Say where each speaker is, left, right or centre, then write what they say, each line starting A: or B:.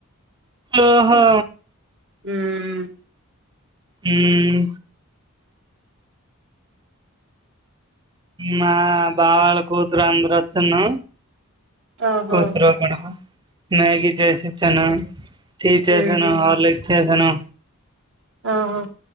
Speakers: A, on the right; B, on the right.
A: ఓహో
B: హమ్
A: హమ్ మా బావాల కూతురు అందరు వచ్చిను
B: ఓహో
A: కూతురు కూడా బ మ్యాగీ చేసి ఇచ్చాను టి చేసాను
B: ఉహు
A: హర్లిక్ చేసాను
B: ఓహో